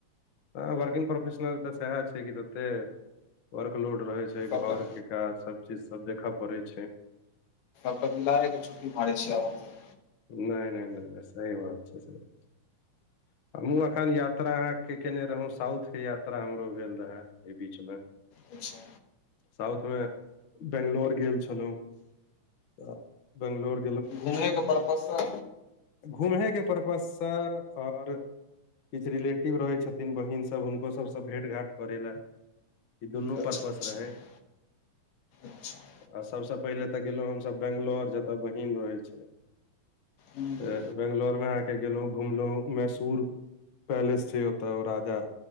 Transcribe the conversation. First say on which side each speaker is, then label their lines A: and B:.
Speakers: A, on the left; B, on the left.
A: हा वर्किग प्रोफेशनल तै सेहा छै कि तत्ते वर्क लोड रहे छै
B: सभटा
A: छै घर के काज सब चीज सब देखऽ पड़ै छै
B: सब मिलाय के छुट्टी मारे छीयै अहां त
A: नय नय नय नय सही बात छै सही बात छै हम्हु अखन यात्रा अहाँ के केने रहौ साउथ के यात्रा हमरो भेल रहे ए बीच मे
B: अच्छा
A: साउथ मे बैंगलोर गेल छलौं अ बैंगलोर
B: घुमैयो के पर्पस स
A: घूमहे के पर्पस स आओर किछ रिले टिव रहै छथिन बहिन सब हुनको सब सऽ भेंट घाट करै लय ई दुनू
B: अच्छा
A: पर्पस
B: अच्छा
A: रहै
B: अच्छा
A: अ सब सऽ पहिले तऽ गेलौ हम सब बैंगलोर जतय बहिन रहै छै
B: ह्म
A: फेर बैंगलोर मे अहाँ के गेलो घुमलो मैसूर पैलेस छै ओतय राजा